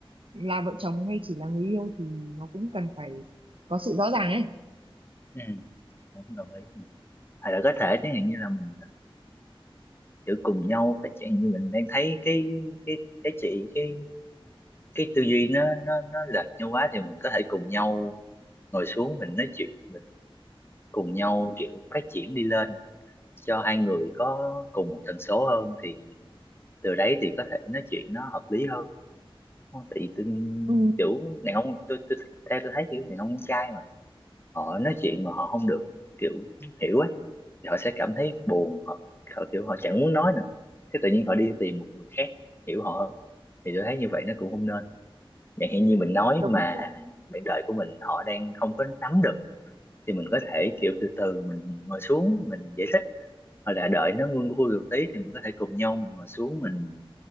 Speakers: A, on the right (about 65°); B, on the left (about 25°).
A: là vợ chồng hay chỉ là người yêu thì nó cũng cần phải có sự rõ ràng ấy
B: ừ, cũng đồng ý hay là có thể chẳng hạn như là mình tự cùng nhau phát triển như mình đang thấy cái cái cái chị cái cái tư duy nó nó nó lệch nhau quá thì mình có thể cùng nhau ngồi xuống mình nói chuyện mình cùng nhau kiểu phát triển đi lên cho hai người có cùng một tần số hơn thì từ đấy thì có thể nói chuyện nó hợp lý hơn Không, tại vì tôi
A: Ừ,
B: kiểu đàn ông tôi, tôi theo tôi thấy kiểu đàn ông trai mà họ nói chuyện mà họ không được kiểu hiểu á thì họ sẽ cảm thấy buồn họ, họ kiểu họ chẳng muốn nói nữa cái tự nhiên họ đi tìm một người khác hiểu họ hơn thì tôi thấy như vậy nó cũng không nên chẳng hạn như mình nói
A: đúng
B: mà
A: rồi.
B: bạn đời của mình họ đang không có nắm được thì mình có thể kiểu từ từ mình ngồi xuống mình giải thích hoặc là đợi nó nguôi nguôi một tí thì mình có thể cùng nhau mình ngồi xuống mình